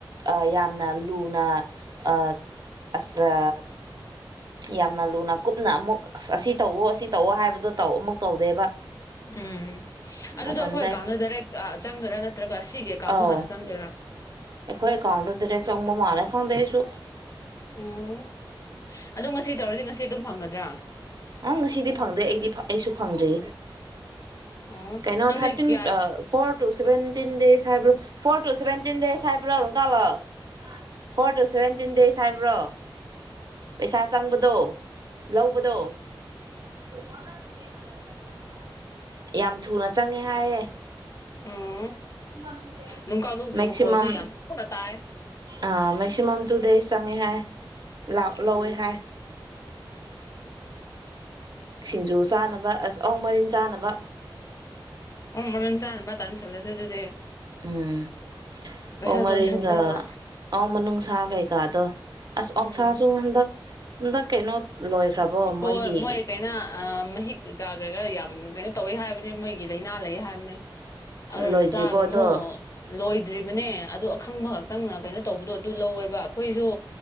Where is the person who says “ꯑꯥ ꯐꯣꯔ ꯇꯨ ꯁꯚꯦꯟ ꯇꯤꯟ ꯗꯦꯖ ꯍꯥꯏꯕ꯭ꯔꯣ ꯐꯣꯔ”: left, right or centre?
Right